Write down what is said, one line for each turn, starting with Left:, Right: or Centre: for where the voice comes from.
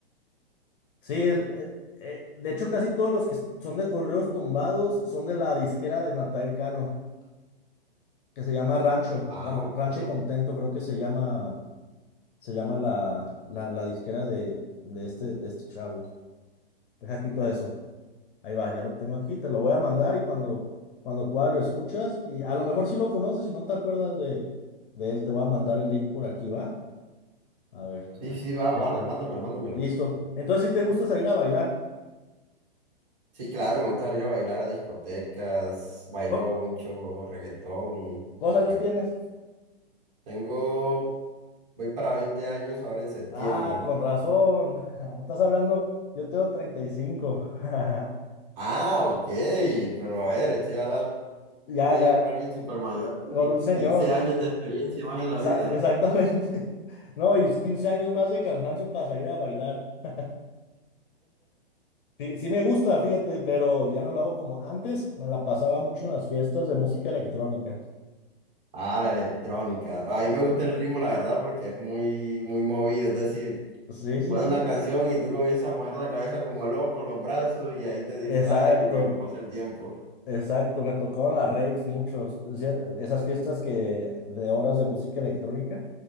Left: Sí, es- eh, eh, de hecho casi todos los que son de correos tumbados son de la disquera de Natanael Cano, que se llama Rancho,
Right: Ah,
Left: Ran-
Right: ok.
Left: Rancho Contento, creo que se llama Se llama la, la, la disquera de, de este, de este chavo. Deja aquí todo eso. Ahí va, ya lo tengo aquí, te lo voy a mandar y cuando, cuando pueda lo escuchas. Y a lo mejor sí lo conoces y no te acuerdas de, de él, te voy a mandar el link por aquí, ¿va? A ver,
Right: Sí,
Left: aquí,
Right: sí, va,
Left: aquí
Right: va,
Left: está.
Right: mándamelo, mándamelo.
Left: Listo. Entonces, si te gusta salir a bailar,
Right: Sí, claro, me gusta salir a bailar a discotecas, bailo
Left: Co-
Right: mucho reggaetón.
Left: ¿cuántos años
Right: eh,
Left: tienes?
Right: Tengo, voy para 20 años ahora en septiembre.
Left: Ah, con razón. <laughs> Estás hablando, yo tengo treinta y cinco <laughs>
Right: Ah, ok, pero a ver, estoy hablando
Left: Ya, ya,
Right: ya con alguien súper mayor. aquí,
Left: con un señor.
Right: 15 años de experiencia más en la
Left: Esa-
Right: vida.
Left: exactamente. <laughs> No, y 15 años más de cansancio para salir a bailar. <laughs> Sí, sí me gusta, fíjate, pero ya no lo hago como antes. Me la pasaba mucho en las fiestas de música electrónica.
Right: Ah, la electrónica. Ahí me gusta el ritmo, la verdad, porque es muy, muy movido. Es decir,
Left: Sí, sí,
Right: ponen
Left: sí.
Right: la canción y tú comienzas a mover la cabeza como loco, los brazos, y
Left: Eh,
Right: ahí te distraes
Left: Exacto,
Right: y bueno, pasa el tiempo.
Left: exacto. Me tocaban las raves muchos. o sea, Esas fiestas que de horas de música electrónica